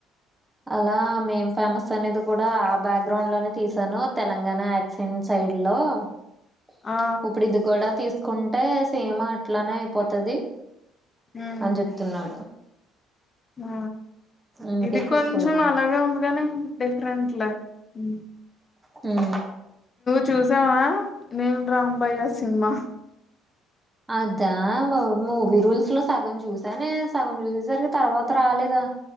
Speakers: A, on the right; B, on the left.
A: అలా మేం ఫేమస్ అనేది కూడా ఆ బ్యాక్ గ్రౌండ్ లోనే లోనే తీసాను. తెలంగాణ యాక్సెంట్స్. <inaudible>
B: ఆ
A: ఇప్పుడు ఇది కూడా తీసుకుంటే. సేమ్ అట్లానే అయిపోతుది.
B: హ్మ్
A: అని చెప్తున్నాడు.
B: ఆ,
A: అందుకే
B: ఇది
A: తీసుకోలేదంట.
B: కొంచెం అలాగ ఉందిగాని డెఫి. రెంట్ల, హూ.
A: హూ.
B: చూసావా, నేను రాంబాయ ఆ సినిమా.
A: అదా మా మూవీ రూల్స్ లో సగం చూసానే. సగం చూసేసరికి తర్వాత రాలేదా.